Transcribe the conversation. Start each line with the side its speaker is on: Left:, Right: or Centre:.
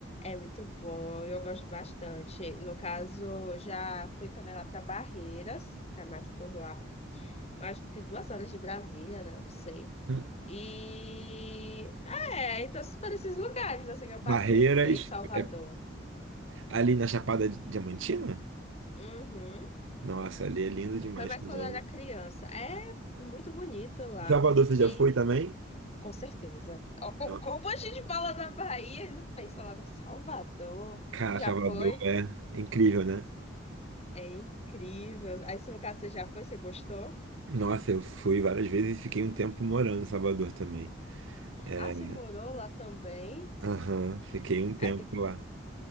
Left: é muito bom, eu gosto bastante. No caso, já fui também lá para Barreiras, que é mais por lá, acho que duas horas de Brasília, né? Não sei.
Right: Hum.
Left: E é, então esses- por esses lugares assim que eu passei,
Right: Barreiras,
Left: entendeu? E Salvador.
Right: é, ali na Chapada Diamantina?
Left: Uhum.
Right: Nossa, ali é lindo demais
Left: Foi mais
Right: também.
Left: quando eu era
Right: né?
Left: criança. É muito bonito lá.
Right: Em Salvador, você
Left: E
Right: já foi também?
Left: com certeza. Ó, ó,
Right: Nossa.
Left: Como a gente fala da Bahia, ele não pensa logo, Salvador.
Right: Cara,
Left: Já
Right: Salvador
Left: foi?
Right: é é incrível, né?
Left: É incrível. Aí, se no caso você já foi, você gostou?
Right: Nossa, eu fui várias vezes e fiquei um tempo morando em Salvador também. É,
Left: Ah, você morou lá também?
Right: aham, fiquei um
Left: Aí
Right: tempo
Left: que,
Right: lá.